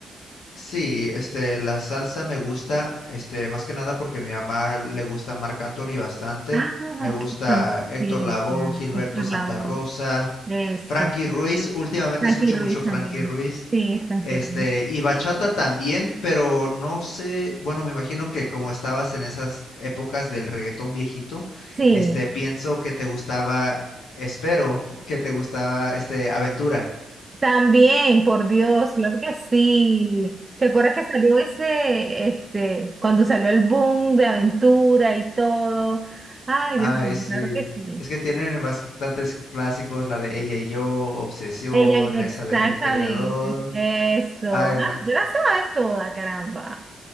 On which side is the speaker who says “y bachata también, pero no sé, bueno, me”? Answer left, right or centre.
Left